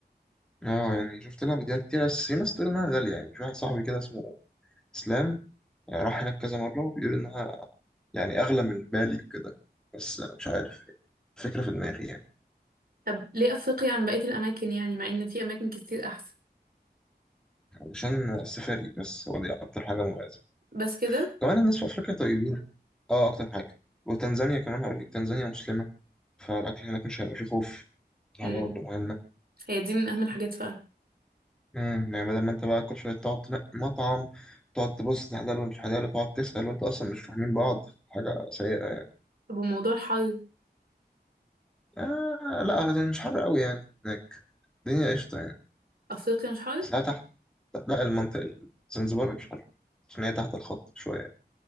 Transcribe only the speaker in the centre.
اه يعني شفت لها فيديوهات كتير بس في ناس تقول إنها غالية يعني في واحد صاحبي كده اسمه إسلام يعني راح هناك كذا مرة وبيقول إنها يعني أغلى من بالي وكده بس مش عارف يعني فكرة في دماغي يعني
علشان السفاري بس هو دي أكتر حاجة مميزة
كمان الناس في أفريقيا طيبين اه أكتر حاجة وتنزانيا كمان هقول لك تنزانيا مسلمة فالأكل هناك مش هيبقى فيه خوف دي
حاجة برضه مهمة
امم يعني بدل ما انت بقى كل شويه تقعد تنقي مطعم تقعد تبص ده حلال ومش حلال وتقعد تسأل وانت اصلا مش فاهمين بعض حاجه سيئه يعني.
آه لا ده مش حر قوي يعني هناك الدنيا قشطه يعني
ساعة تحت لا المنطقه زنزبار مش حر عشان هي تحت الخط شويه